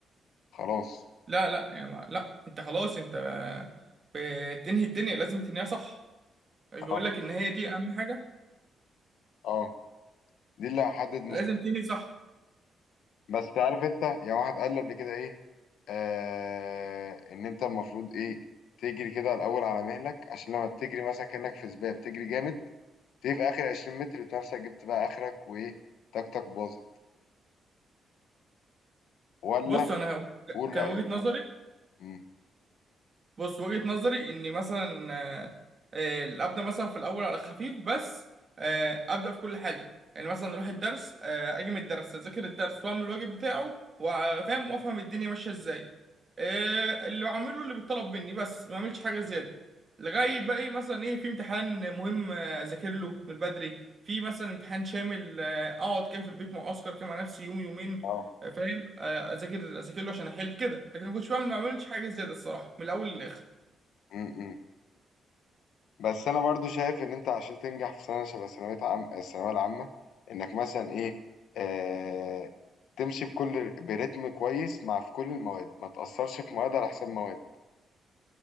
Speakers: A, on the left; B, on the right.
A: خلاص
B: لا لا يا ما لا انت خلاص انت آه، بتنهي الدنيا لازم تنهيها صح مش
A: اه
B: بقول لك ان هي دي اهم حاجة
A: آه. دي اللي هحدد
B: لازم تنهي صح
A: بس عارف انت يعني واحد قال لي قبل كده ايه آه ان انت المفروض ايه تجري كده الاول على مهلك عشان لما بتجري مثلا كانك في سباق بتجري جامد تيجي في اخر 20 متر بتلاقي نفسك جبت بقى اخرك وايه طاقتك باظت ولا
B: بص انا
A: قول
B: كان
A: رايك
B: وجهة نظري
A: مم.
B: بص وجهة نظري ان مثلا آه، آه، ابدا مثلا في الاول على خفيف بس آه، ابدا في كل حاجه يعني مثلا اروح الدرس آه، اجي من الدرس اذاكر الدرس واعمل الواجب بتاعه وافهم وافهم الدنيا ماشيه ازاي آه، اللي بعمله اللي بيطلب مني بس ما اعملش حاجه زياده لغايه بقى ايه مثلا ايه في امتحان مهم آه، اذاكر له من بدري في مثلا امتحان شامل آه، اقعد كده في البيت معسكر كده مع نفسي يوم يومين
A: اه
B: آه، فاهم آه، اذاكر اذاكر له عشان احل كده لكن ما كنتش بعمل ما بعملش حاجه زياده الصراحه من الاول للاخر
A: مم. مم. بس انا برضو شايف ان انت عشان تنجح في سنه شبه ثانويه عام الثانويه العامه انك مثلا ايه آه تمشي بكل برتم كويس مع في كل المواد ما تاثرش في مواد على حساب مواد